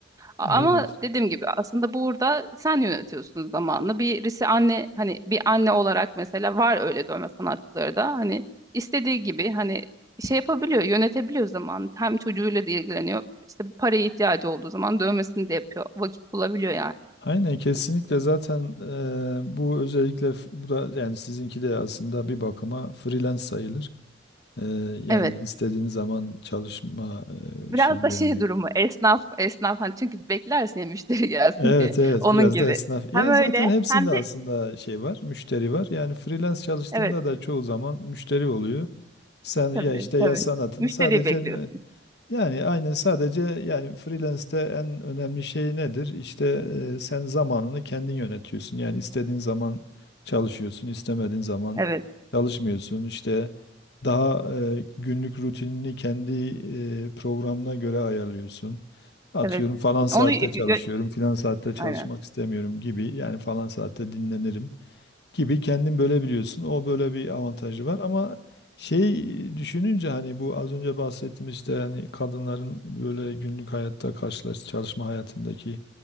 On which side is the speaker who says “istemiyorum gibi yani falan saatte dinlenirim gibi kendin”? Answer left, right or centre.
Left